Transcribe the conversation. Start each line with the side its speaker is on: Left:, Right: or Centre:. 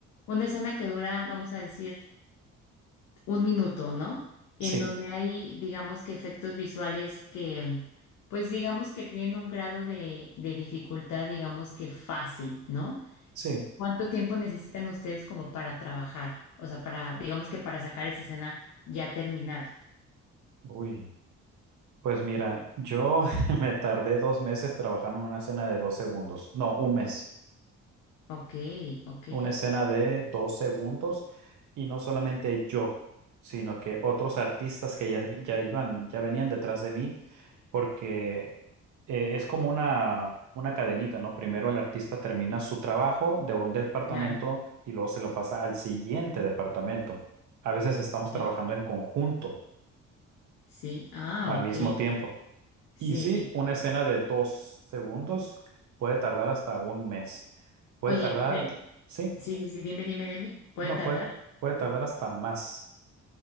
Left: una escena que dura, vamos a decir, un minuto, ¿no?
Right: Sí,
Left: En donde hay, digamos que efectos visuales que, pues digamos que tienen un grado de, de dificultad, digamos que fácil, ¿no?
Right: sí.
Left: ¿Cuánto tiempo necesitan ustedes como para trabajar? O sea, para, digamos que para sacar esa escena ya terminada.
Right: Uy, pues mira, yo <laughs> me tardé dos meses trabajando en una escena de dos segundos. No, un mes.
Left: Ok, ok,
Right: una escena de dos segundos y no solamente yo, sino que otros artistas que ya, ya iban, ya venían detrás de mí, porque eh, es como una, una cadenita, ¿no? Primero el artista termina su trabajo de un departamento
Left: claro.
Right: y luego se lo pasa al siguiente departamento. A veces estamos
Left: ok,
Right: trabajando en conjunto
Left: Sí, ah,
Right: al
Left: ok,
Right: mismo tiempo.
Left: sí.
Right: Y sí, una escena de dos segundos puede tardar hasta un mes. Puede
Left: Oye,
Right: tardar,
Left: pe-
Right: sí,
Left: sí, sí, sí, dime, dime, dime. ¿Puede
Right: No
Left: tardar?
Right: puede, puede tardar hasta más,